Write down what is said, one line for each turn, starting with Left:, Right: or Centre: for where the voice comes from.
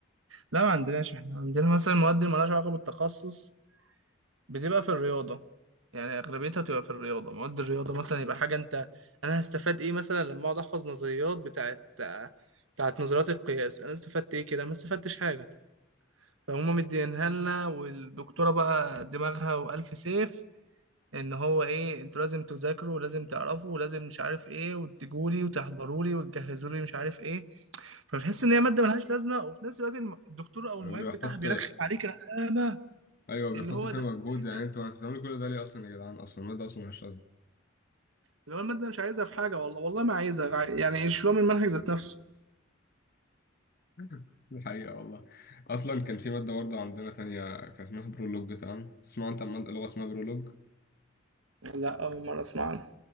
Right: لا ما عندناش احنا عندنا مثلا مواد اللي مالهاش علاقة بالتخصص بتبقى في الرياضة يعني اغلبيتها بتبقى في الرياضة مواد الرياضة مثلا يبقى حاجة انت انا هستفاد ايه مثلا لما اقعد احفظ نظريات بتاعت بتاعت نظريات القياس انا استفدت ايه كده ما استفدتش حاجة فهم مدينها لنا والدكتورة بقى دماغها وألف سيف ان هو ايه انتوا لازم تذاكروا ولازم تعرفوا ولازم مش عارف ايه وتجولي وتحضرولي وتجهزولي مش عارف ايه فبتحس ان هي مادة ملهاش لازمة وفي نفس الوقت الم- الدكتور او
Left: بيحط
Right: المعيد بتاعها بيرخم عليك رخامة
Left: ايوه بيحطوا
Right: اللي هو
Left: فيها
Right: ده
Left: مجهود
Right: ايه
Left: يعني
Right: ده
Left: انتوا انتوا بتعملوا كل ده ليه اصلا يا جدعان اصلا المادة اصلا مش لازمة
Right: اللي هو المادة مش عايزها في حاجة والله والله ما عايزها عاي- يعني يشيلوها من المنهج ذات نفسه
Left: <laughs> دي حقيقة والله اصلا كان في مادة برضه عندنا تانية كان اسمها برولوج تمام تسمع انت عن مادة لغة اسمها برولوج
Right: لا أول مرة أسمع عنها